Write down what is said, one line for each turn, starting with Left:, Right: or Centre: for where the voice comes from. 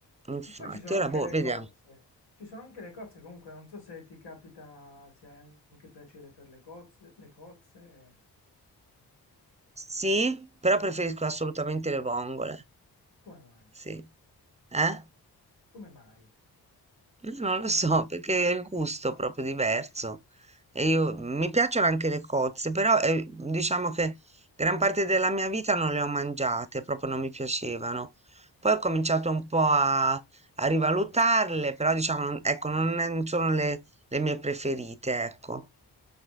Right: Infatti,
Left: E poi ci sono
Right: ora
Left: anche
Right: boh,
Left: le
Right: vediamo.
Left: cozze. Ci sono anche le cozze, comunque non so se ti capita, se hai anche piacere per le cozze, le cozze,
Right: Sì, però preferisco assolutamente le vongole.
Left: come mai?
Right: Sì. Eh?
Left: Come mai?
Right: Non lo so, perché è il gusto proprio diverso. E io mi piacciono anche le cozze, però eh, diciamo che gran parte della mia vita non le ho mangiate, proprio non mi piacevano. Poi ho cominciato un po' a, a rivalutarle, però diciamo, non- ecco, non, è- non sono le, le mie preferite, ecco.